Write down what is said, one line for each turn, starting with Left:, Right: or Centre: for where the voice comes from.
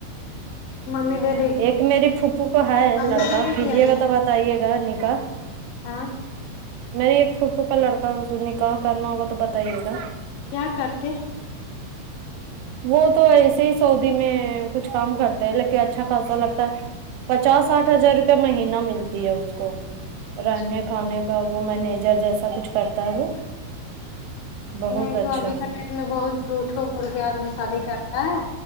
Left: ممی دیدے گی
Right: ایک میری پھوپھو کا ہے
Left: امی
Right: لڑکا
Left: دے دے
Right: کیجیے
Left: گی امی
Right: گا تو بتائیے گا نکاح
Left: ہاں
Right: میری ایک پھوفو کا لڑکا ہے اسے نکاح کرنا ہوگا تو بتائیے گا
Left: کیا کرتے ہیں
Right: وہ تو ایسے ہی سعودی میں کچھ کام کرتے ہیں لیکن اچھا خاصا لگتا ہے پچاس ساٹھ ہزار روپے مہینہ ملتی ہے اس کو
Left: اچھا
Right: رہنے کھانے کا وہ مینیجر جیسا کچھ کرتا ہے وہ بہت
Left: نہیں تو
Right: اچھا
Left: ابھی کا ٹائم میں بہت جھوٹوں بول کے آدمی شادی کرتا ہے